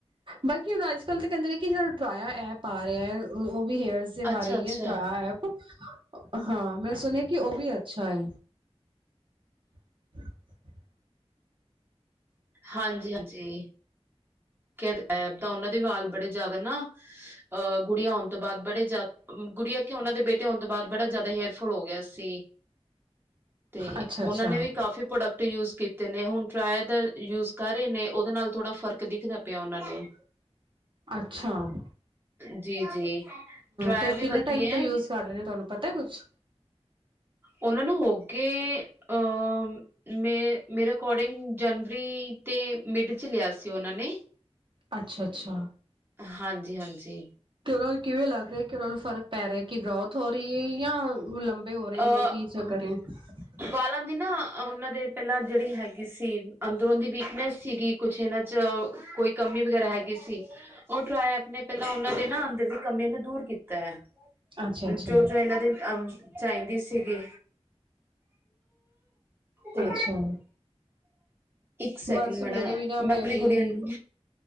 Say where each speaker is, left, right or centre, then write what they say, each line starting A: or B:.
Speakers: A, on the right (about 50°); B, on the right (about 20°).
A: ਬਾਕੀ ਹੁਣ ਅੱਜ ਕੱਲ ਤਾਂ ਕਹਿੰਦੇ ਨੇ ਕਿ ਜਿਹੜਾ ਟਰਾਇਆ ਐਪ ਆ ਰਿਹਾ ਹੈ ਉਹ-ਉਹ ਵੀ ਹੇਅਰਸ ਬਾਰੇ
B: ਅੱਛਾ ਅੱਛਾ
A: ਹੈ ਟਰਾਆ ਐਪ ਹਾਂ ਮੈਂ ਸੁਣਿਆ ਕਿ ਉਹ ਵੀ ਅੱਛਾ ਹੈ। <unintelligible>
B: ਹਾਂਜੀ-ਹਾਂਜੀ ਕਦ ਉਹਨਾਂ ਦੇ ਵਾਲ ਬੜੇ ਜ਼ਿਆਦਾ ਨਾ ਅਹ ਗੁੜੀਆਂ ਆਉਣ ਤੋਂ ਬਾਅਦ ਬੜੇ ਜ਼ਿਆਦਾ ਗੁੜੀਆਂ ਕਿ ਉਹਨਾਂ ਦੇ ਬੇਟੇ ਹੋਣ ਤੋਂ ਬਾਅਦ ਬੜਾ ਜਿਆਦਾ ਹੇਅਰਫੁਲ ਹੋ ਗਿਆ ਸੀ ਤੇ
A: ਅੱਛਾ
B: ਉਹਨਾਂ
A: ਅੱਛਾ
B: ਨੇ ਵੀ ਕਾਫ਼ੀ ਪ੍ਰੋਡਕਟ ਯੂਜ ਕੀਤੇ ਨੇ ਹੁਣ ਟਰਾਏ ਦਾ ਯੂਜ ਕਰ ਰਹੇ ਨੇ ਉਹਦੇ ਨਾਲ ਥੋੜਾ ਫਰਕ ਦਿਖਦਾ ਪਿਆ ਉਹਨਾਂ ਨੂੰ
A: ਅੱਛਾ ਹਾਂ
B: ਜੀ ਜੀ ਟਰਾਏ
A: ਤੇ ਉਹ
B: ਵੀ
A: ਕਿਨੇ
B: ਵਧੀਆ
A: ਟਾਇਮ ਤੋਂ ਯੂ ਤੁਹਾਡੇ ਤੇ ਤੁਹਾਨੂੰ ਪਤਾ ਕੁਛ
B: ਉਹਨਾਂ ਨੂੰ ਹੋ ਕੇ ਅ ਮੇ ਮੇਰੇ ਅਕੋਰਡਿੰਗ ਜਨ ਰੀ ਤੇ ਮਿਡ ਚ ਲਿਆ ਸੀ ਉਹਨਾਂ ਨੇ
A: ਅੱਛਾ- ਅੱਛਾ
B: ਹਾਂਜੀ ਹਾਂਜੀ
A: ਤੇ ਉਹਨਾਂ ਨੂੰ ਕਿਵੇਂ ਲੱਗ ਰਿਹਾ ਕਿ ਉਹਨਾਂ ਨੂੰ ਫਰਕ ਪੈ ਰਿਹਾ ਕਿ ਗੋਤ ਥਰੇ ਹੋ ਰਹੀ ਹੈ ਜਾਂ ਲੰਬੇ ਹੋ ਰਹੇ
B: ਅ
A: ਨੇ ਯ ਕੀ ਚਕਰ ਹੈ
B: ਵਾਲਾਂ ਦੀ ਨਾ ਉਹਨਾਂ ਦੇ ਪਹਿਲਾਂ ਜਿਹੜੀ ਹੈਗੀ ਸੀ ਅੰਦਰੋਂ ਦੀ ਵੀਕਨੈਸ ਸੀਗੀ ਕੁਛ ਇਹਨਾਂ ਚ ਕੋਈ ਕਮੀ ਵਗੈਰਾ ਹੈਗੀ ਸੀ। ਉਹ ਟਰਾਇ ਆਪ ਨੇ ਪਹਿਲਾਂ ਉਹਨਾਂ ਦੇ ਨਾ ਅੰਦਰ ਦੀ ਕਮੀਆਂ ਨੂੰ ਦੂਰ ਕੀਤਾ ਹੈ
A: ਅੱਛਾ-ਅੱਛਾ।
B: ਜੋ
A: ਅੱਛਾ
B: - ਜੋ ਇਹਨਾਂ ਦੀ ਅ ਚਾਹੀਦੀ ਸੀਗੀ ਤੇ
A: ਅੱਛਾ
B: ਇੱਕ ਸੈਕਿੰਡ
A: ਬਸ
B: ਮਾੜਾ
A: ਮੇਰੇ ਵੀ ਨਾ
B: ਮੈਂ ਆਪਣੇ
A: ਵੀ
B: ਗੁੜੀਆਂ ਨੂੰ